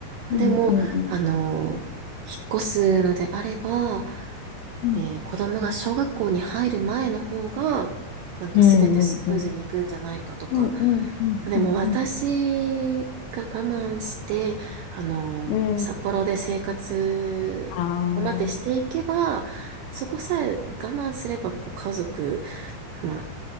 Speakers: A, on the left; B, on the right.
A: うんうんうん。
B: でも、あの、引っ越すのであれば、
A: うん。
B: えー子供が小学校に入る前の方が、なんか全てスムーズにいくんじゃないかとか。
A: うんうんうん。うんうんうんうんうん。
B: でも私が我慢して、あの、
A: ー
B: 札幌で生活を待ってしていけば、
A: あー
B: そこさえ我慢すれば、こう家族、まあ、